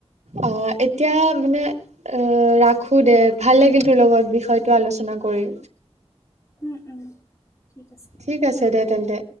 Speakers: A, on the right; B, on the left.
A: অঁ এতিয়া মানে অ ৰাখুৰ দে ভাল লাগিল তোৰ লগত বিষয়টো আলোচনা কৰি।
B: উম উম ঠিক আছে
A: ঠিক আছে দে তেন্তে।